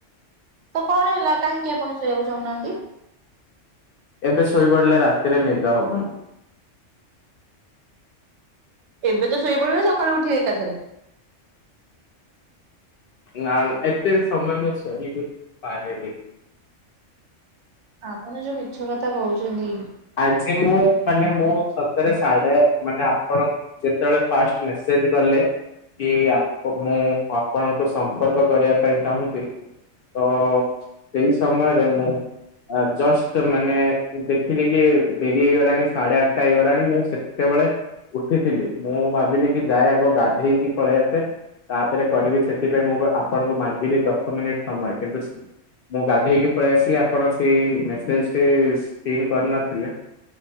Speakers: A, on the right (about 75°); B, on the left (about 60°).
A: ତ କଣ ହେଲା କାହିଁକି ଆପଣ ଶୋଇିବାକୁ ଚାହୁଁନାହାନ୍ତି
B: ଏବେ ଶୋଇପଡିଲେ ରାତିରେ ନିଦ ହବନ
A: ଏବେ ତ ଶୋଇପଡିବ ସକାଳୁ ଉଠିକି ଏକାଥରେ
B: ନା ଏତ ସମୟ ପାର
A: ଆପଣ ଯୋଉ ମିଛ କଥା କହୁଛନ୍ତି।
B: ଆଜି ମୁଁ ମାନେ ମୁଁ ସତରେ ସାଢେ ମାନେ ଆପଣ ଯେତେବେଳେ ଫାଷ୍ଟ ସେନ୍ତି କଲେ କି ମୁଁ ଆପଣଙ୍କୁ ସମ୍ପର୍କ କରିବା ପାଇଁ ଚାହୁଁଛି ତ ସେଇ ସମୟରେ ମୁଁ ଜଷ୍ଟ ମାନେ ଦେ କି ଡେରି ହେଇଗଲାଣି ସାଢେ ଆଠଟା ହେଇଗଲାଣି ମୁଁ ସେତେବେଳେ ଉଠିଥିଲି ମୁଁ ଭାବିଲି କି ଯାଏ ଆଗ ଗାଧେଇକି ପଳେଇ ଆସେ ତାପରେ କରିବି ସେଥିପାଇଁ ମୁଁ ଆପଣଙ୍କୁ ମାଗିଲି ଦଶ ମିନିଟ୍ ସମୟ କିନ୍ତୁୁ ମୁଁ ଗାଧେଇକି ପଳେଇ ଆସିଲି ଆପଣ ସେଇ ସିନ୍ କରିନଥିଲେ